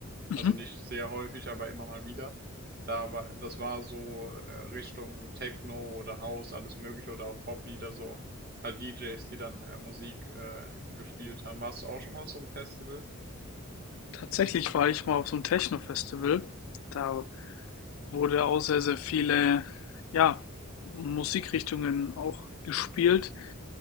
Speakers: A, on the left; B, on the right.
A: Mhm.
B: Also nicht sehr häufig, aber immer mal wieder. Da war, das war so äh, Richtung Techno oder House, alles Mögliche oder auch Poplieder, so halt DJs, die dann äh, Musik äh, gespielt haben. Warst du auch schon mal auf so einem Festival?
A: Tatsächlich war ich mal auf so einem Techno-Festival. Da wurde auch sehr, sehr viele, ja, Musikrichtungen auch gespielt.